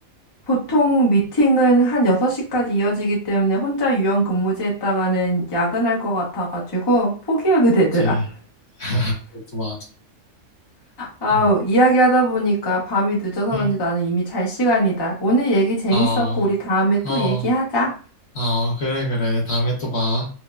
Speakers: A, on the left (about 25°); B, on the left (about 50°).
A: 보통 미팅은 한 6시까지 이어지기 때문에 혼자 유연 근무제 했다가는 야근할 것 같아가지고 포기하게 되더라.
B: 그치. <laughs> 그것도 맞아.
A: 아우,
B: 음.
A: 이야기하다 보니까 밤이 늦어서
B: 음.
A: 그런지 나는 이미 잘 시간이다. 오늘 얘기 재밌었고,
B: 어.
A: 우리 다음에 또
B: 어.
A: 얘기하자.
B: 어. 그래 그래. 다음에 또 봐.